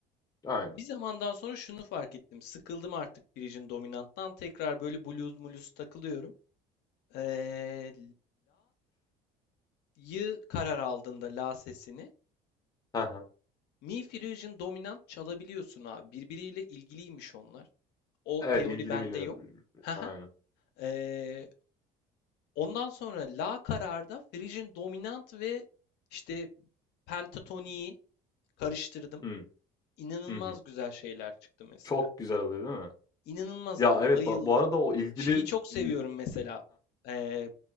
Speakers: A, on the left (about 20°); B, on the left (about 70°).
A: Aynen.
B: Bir zamandan sonra şunu fark ettim. Sıkıldım artık Frisian Dominant'tan. Tekrar böyle blues mulus takılıyorum. Ee, la'yı karar aldığında la sesini
A: Hı hı.
B: Mi Frisian Dominant çalabiliyorsun abi. Birbiriyle ilgiliymiş onlar. O
A: Evet,
B: teori
A: ilgili
B: bende
A: menü.
B: yok. Haha.
A: Aynen.
B: Ee, ondan sonra La kararda Frisian Dominant ve işte pentatoniyi karıştırdım.
A: Hı
B: İnanılmaz
A: Hı hı.
B: güzel şeyler çıktı mesela.
A: Çok güzel oluyor değil mi?
B: İnanılmaz
A: Ya,
B: abi,
A: evet,
B: bayıldım.
A: ba bu arada o ilgili
B: Şeyi çok seviyorum
A: ı
B: mesela. Ee,